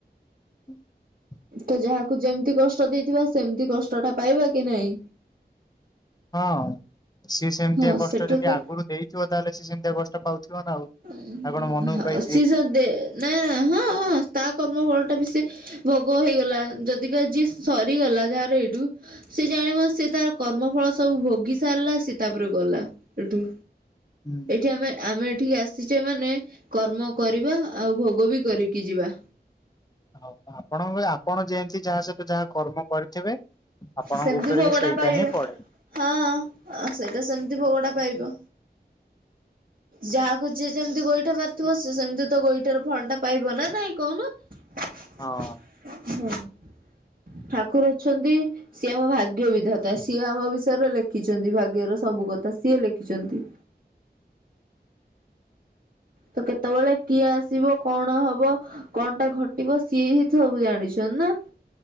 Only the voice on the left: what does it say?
<unintelligible>
ହଁ, ସିଏ ସେମିତିଆ
କଷ୍ଟ
ଯଦି
ଆଗରୁ ଦେଇଥିବ, ତାହେଲେ ସି ସେମିତିଆ କଷ୍ଟ ପାଉଥିବ ନା ଆଉ।
ଆଉ କଣ ମନ
ପାଇଯିବେ
କି?
ହୁଁ
ହଉ ଆପଣ, ଆପଣ ଯେମତି ଯାହା ସହିତ ଯାହା କର୍ମ କରିଥିବେ ଆପଣଙ୍କ
ଉପରେ
ବି ସେଇଟା
ହିଁ ପଡେ।
ହଁ ଅଁ